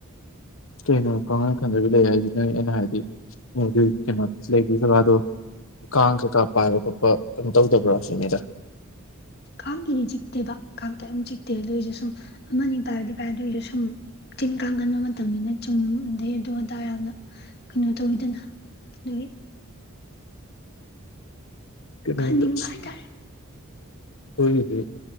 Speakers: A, on the left; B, on the left.
A: ꯀꯩꯅꯣ ꯀꯈꯜ ꯈꯟꯗꯕꯤ ꯂꯩ ꯍꯥꯏꯁꯤꯅꯦ ꯑꯩꯅ ꯍꯥꯏꯗꯤ ꯃꯣꯏꯒꯤ ꯀꯩꯅꯣ ꯂꯩꯕ ꯖꯒꯥꯗꯣ ꯀꯥꯡ ꯀꯩꯀꯥ ꯄꯥꯏꯕ ꯈꯣꯠꯄ ꯀꯩꯅꯣ ꯇꯧꯗꯕ꯭ꯔꯥ ꯁꯤꯅꯤꯗ
B: ꯀꯥꯡꯒꯤꯗꯤ ꯆꯤꯛꯇꯦꯕ ꯀꯥꯡ ꯀ ꯑꯗꯨꯝ ꯆꯤꯛꯇꯦ ꯑꯗꯨ ꯑꯣꯏꯏꯔꯁꯨ ꯁꯨꯝ ꯑꯃꯅꯤ ꯇꯥꯔꯗꯤ ꯄꯥꯏ ꯑꯗꯨ ꯑꯣꯏꯔꯁꯨ ꯁꯨꯝ ꯇꯤꯟ ꯀꯥꯡꯒꯟꯕ ꯃꯇꯝꯅꯤꯅ ꯆꯨꯝꯗꯦ ꯑꯗꯨꯗꯣ ꯑꯗꯥ ꯌꯥꯝꯅ ꯀꯩꯅꯣ ꯇꯧꯤꯗꯅ ꯑꯗꯨꯒꯤ
A: <unintelligible>
B: ꯈꯟꯅꯤꯡꯕ ꯍꯥꯏꯇꯥꯔꯦ
A: ꯑꯩꯈꯣꯏꯒꯤꯗꯤ